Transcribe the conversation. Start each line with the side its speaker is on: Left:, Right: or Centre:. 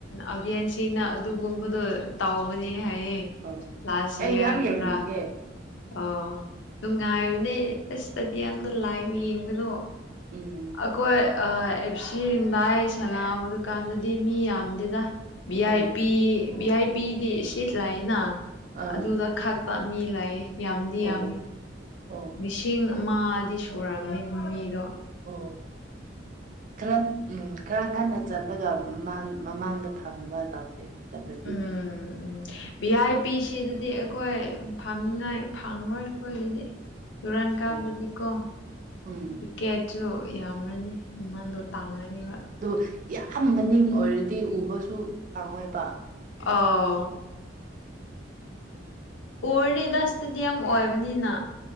Left: ꯑꯚꯌꯥꯟꯁꯤꯡꯅ ꯑꯗꯨꯒꯨꯝꯕꯗꯣ ꯇꯥꯎꯕꯅꯤ ꯍꯥꯏꯌꯦꯑꯌꯦ
Right: ꯑꯧ
Left: ꯂꯥꯁ
Right: ꯑꯩ
Left: ꯏꯌꯥꯔꯗꯨꯔ
Right: ꯌꯥꯝ ꯌꯦꯡꯅꯤꯡꯉꯦ
Left: ꯑꯣ ꯅꯨꯡꯉꯥꯏꯕꯅꯦ ꯑꯁꯇꯗꯤ ꯌꯥꯝꯅ ꯂꯥꯏꯕ ꯌꯦꯡꯕꯗꯣ
Right: ꯎꯝ
Left: ꯑꯩꯈꯣꯏ ꯑꯦꯞ ꯁꯤ ꯔꯤꯗꯥꯏ ꯁꯅꯥꯕ ꯗꯨꯀꯥꯟꯗꯨꯗꯤ ꯃꯤ ꯌꯥꯝꯗꯦꯗ ꯚꯤ
Right: ꯑꯥ
Left: ꯑꯥꯏ ꯄꯤ ꯚꯤ ꯑꯥꯏ ꯄꯤꯒꯤꯁꯤꯠ ꯂꯥꯏꯅ
Right: ꯑꯥ
Left: ꯑꯗꯨꯗ ꯈꯛ ꯇꯞ ꯃꯤ ꯂꯥꯛꯑꯦ ꯌꯥꯝꯗꯤ
Right: ꯑꯣ
Left: ꯌꯥꯝꯃꯤ
Right: ꯑꯣ
Left: ꯂꯤꯁꯤꯡ ꯑꯃꯗꯤꯗꯤ ꯁꯨꯔꯝꯅꯤ ꯎꯝ ꯃꯤꯗꯣ
Right: ꯑꯣ ꯈꯔ ꯎꯝ ꯈꯔ ꯉꯟꯅ ꯆꯠꯂꯒ ꯃꯃꯥꯡ ꯃꯃꯥꯡꯗ ꯊꯝꯅꯕ ꯇꯥꯎꯁꯦ ꯆꯠꯂꯗꯤ
Left: ꯎꯝ ꯎꯝ ꯚꯤ ꯑꯥꯏ ꯄꯤ ꯁꯤꯗꯗꯤ ꯑꯩꯈꯣꯏ ꯐꯥꯝꯅꯤꯉꯥꯏ ꯐꯪꯔꯣꯏ ꯑꯩꯈꯣꯏꯒꯤꯗꯤ ꯇꯨꯔꯥꯟ ꯀꯥꯕꯗꯤꯀꯣ
Right: ꯑꯣ ꯎꯝ
Left: ꯇꯤꯛꯀꯦꯠꯁꯨ ꯌꯥꯝꯔꯅꯤ ꯏꯃꯗꯣ
Right: ꯎꯝ
Left: ꯇꯥꯡꯅꯤꯕ
Right: ꯑꯗꯨ ꯌꯥꯝ ꯃꯅꯤꯡ ꯑꯣꯏꯔꯗꯤ ꯎꯕꯁꯨ ꯐꯪꯉꯣꯏꯕ
Left: ꯑꯥ ꯎꯔꯅꯤꯗ ꯏꯁꯇꯦꯗꯤꯌꯝ ꯑꯣꯏꯕꯅꯤꯅ